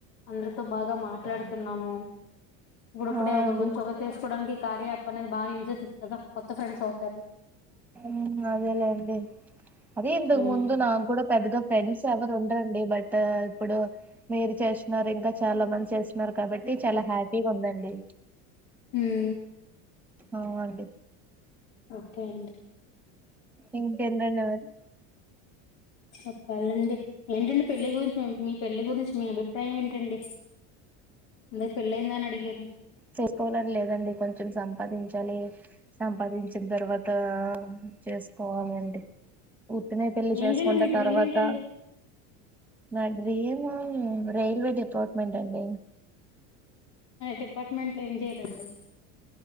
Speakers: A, on the left; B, in the centre.
A: అందరితో బాగా మాట్లాడుతున్నాము. ఇప్పుడుప్పుడే
B: ఆ
A: ఒకరి
B: అండి
A: గురించి ఒకరు తీసుకోవడానికి కార్య యాప్ అనేది బాగా యూజ్ అవుతది కదా కొత్త ఫ్రెండ్స్ అవుతారు
B: మ్మ్ అదేలేండి అదే ఇంతకు
A: ఉమ్
B: ముందు నాక్ గుడా పెద్దగా ఫ్రెండ్స్ ఎవర్ ఉండరండి బట్ ఇప్పుడు మీరు చేస్తున్నారు ఇంకా చాలా మంది చేస్ న్నారు కాబట్టి చాలా హ్యా ఉందండి
A: హ్మ్
B: ఆ అండి
A: ఓకే అండి
B: ఇంకెందండి
A: చెప్పాలండి ఏంటండి పెళ్లి గురించి మీ పెళ్లి గురించి మీ అభి అభిప్రాయం ఏంటండి అందరు పెళ్లయిందా అని అడిగారు
B: చేస్కోవాలని లేదండి కొంచం సంపాదించాలి సంపాదించిన తర్వాత చేస్కోవాలి అండి ఉత్తినే పెళ్లి
A: ఏంటండి
B: చేసుకుంటే
A: మీ డ్రీమ్
B: తర్వాత
A: ఏంటండి
B: బాడ్ రిమన్ రైల్వే డిపార్ట్మెంట్ అండి.
A: డిపార్ట్మెంట్ లో ఏం చేయ్యాలండి?